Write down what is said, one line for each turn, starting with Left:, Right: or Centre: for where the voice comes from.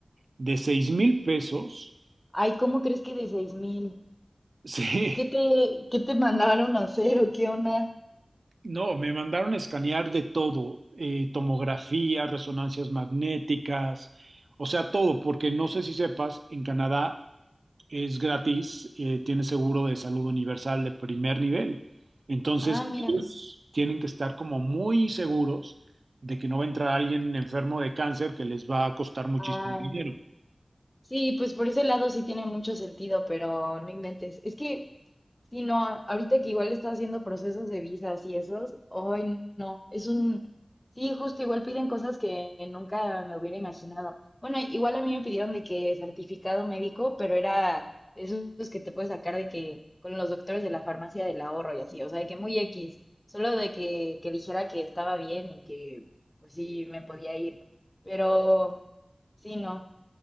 Right: de seis mil pesos
Left: Ay, ¿cómo crees que de seis mil?
Right: Sí,
Left: Pues, ¿qué te, qué te mandaron a hacer o qué onda?
Right: no, me mandaron a escanear de todo, eh, tomografía, resonancias magnéticas, o sea, todo, porque no sé si sepas, en Canadá es gratis, eh, tiene seguro de salud universal de primer nivel. Entonces,
Left: Ah, mira.
Right: ellos tienen que estar como muy seguros de que no va a entrar alguien enfermo de cáncer que les va a costar muchísimo
Left: Ah,
Right: dinero.
Left: Sí, pues por ese lado sí tiene mucho sentido, pero no inventes. Es que, sí, no, ahorita que igual está haciendo procesos de visas y esos, hoy no, es un, sí, justo igual piden cosas que nunca me hubiera imaginado. Bueno, igual a mí me pidieron de que certificado médico, pero era de esos que te puedes sacar de que con los doctores de la farmacia del ahorro y así, o sea, de que muy X, solo de que, que dijera que estaba bien y que, pues sí, me podía ir, pero... Sí, no.